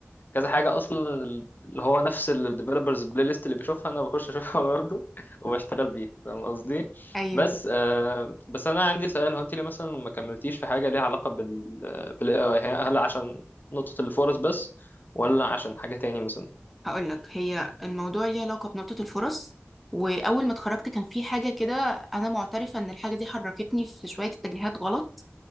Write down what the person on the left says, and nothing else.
كذا حاجه اصلا اللي هو نفس الديفلوبرز بلاي ليست اللي بيشوفها انا بخش اشوفها <laughs> برضه وبشتغل بيها فاهم قصدي
بس آه بس انا عندي سؤال هو انت ليه مثلا ما كملتيش في حاجه ليها علاقه بال بالاي اي هل عشان نقطه الفرص بس ولا عشان حاجه تاني مثلا